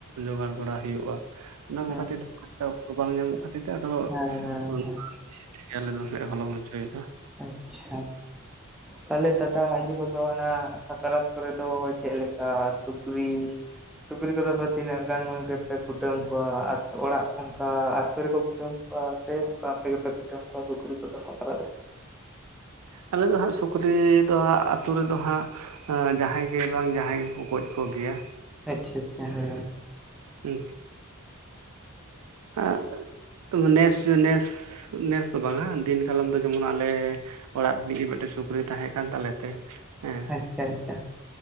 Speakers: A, on the right; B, in the centre.
A: ᱡᱚᱜᱟᱲ ᱵᱟᱲᱟ ᱦᱩᱭᱩᱜᱼᱟ᱾ ᱚᱱᱟ ᱠᱚ
B: ᱦᱩᱸ
A: ᱠᱷᱟᱹᱛᱤᱨ ᱛᱮ ᱵᱟᱝ ᱧᱟᱢᱚᱜ ᱠᱷᱟᱹᱛᱤᱨ ᱛᱮ ᱟᱫᱚ
B: ᱦᱮᱸ ᱦᱮᱸ
A: ᱰᱷᱤᱝᱠᱤ
B: ᱦᱮᱸ
A: ᱟᱞᱮᱫᱚ ᱦᱚᱞᱚᱝ ᱦᱚᱪᱚᱭ ᱫᱟ᱾
B: ᱟᱪᱪᱷᱟ, ᱛᱟᱦᱚᱞᱮ ᱫᱟᱫᱟ ᱤᱭᱟᱹ ᱠᱚᱫᱚ ᱚᱱᱟ ᱥᱟᱠᱨᱟᱛ ᱠᱚᱨᱮ ᱫᱚ ᱪᱮᱫ ᱞᱮᱠᱟ ᱥᱩᱠᱨᱤ ᱥᱩᱠᱨᱤ ᱠᱚᱫᱚ ᱯᱮ ᱛᱤᱱᱟᱹᱜ ᱜᱟᱱ ᱜᱮᱯᱮ ᱠᱩᱴᱟᱹᱢ ᱠᱚᱣᱟ ᱟᱛᱩ ᱚᱲᱟᱜ ᱚᱝᱠᱟ ᱟᱹᱛᱩ ᱨᱮᱠᱚ ᱠᱩᱴᱟᱹᱢ ᱠᱚᱣᱟ ᱥᱮ ᱚᱝᱠᱟ ᱟᱯᱮᱯᱮ ᱠᱩᱴᱟᱹᱢ ᱠᱚᱣᱟ ᱥᱩᱠᱨᱤ ᱠᱚᱫᱚ ᱥᱟᱠᱨᱟᱛ ᱨᱮ?
A: ᱟᱞᱮ ᱫᱚ ᱦᱟᱸᱜ ᱥᱩᱠᱨᱤ ᱫᱚ ᱦᱟᱸᱜ ᱟᱛᱩ ᱨᱮᱫᱚ ᱦᱟᱸᱜ ᱡᱟᱦᱟᱸᱭ ᱜᱮ ᱵᱟᱝ ᱡᱟᱦᱟᱸᱭ ᱜᱮᱠᱚ ᱜᱚᱡ ᱠᱚᱜᱮᱭᱟ᱾
B: ᱟᱪᱪᱷᱟ ᱟᱪᱪᱷᱟ ᱦᱮᱸ᱾
A: ᱦᱩᱸ, ᱟ ᱱᱮᱥ ᱱᱮᱥ ᱱᱮᱥ ᱫᱚ ᱵᱟᱝᱟ ᱫᱤᱱ ᱠᱟᱞᱢ ᱫᱚ ᱡᱮᱢᱚᱱ ᱟᱞᱮ ᱮᱸ ᱚᱲᱟᱜ ᱨᱤᱱᱤᱡ ᱜᱮ ᱢᱤᱫᱴᱮᱱ ᱥᱩᱠᱨᱤ ᱛᱟᱦᱮᱸ ᱠᱟᱱ ᱛᱟᱞᱮ ᱛᱮ ᱮᱸ
B: ᱟᱪᱪᱷᱟ ᱟᱪᱪᱷᱟ